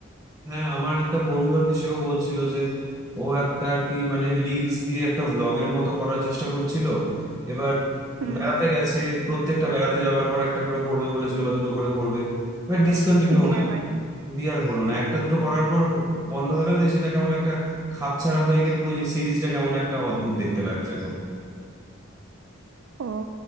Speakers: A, in the centre; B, on the right.
A: হ্যাঁ আমার একটা বন্ধু আর কি সেও বলছিল যে ও একটা আর কি মানে রিলস দিয়ে একটা ভ্লগের মতো করার চেষ্টা করছিল এবার
B: হুম
A: বেড়াতে গেছে প্রত্যেকটা বেড়াতে যাওয়ার পর একটা করে করবে বলেছিল বা দুটো করে করবে এবার ডিসকন্টিনিউ
B: দিয়ে
A: হয়
B: আর হয়নি
A: দিয়ে আর হলো না একটা দুটো করার পর বন্ধ হয়ে গেল দিয়ে সেটা কেমন একটা খাপছাড়া হয়ে গিয়ে পুরো সিরিজটা কেমন একটা অদ্ভুত দেখতে লাগছে এখন
B: ও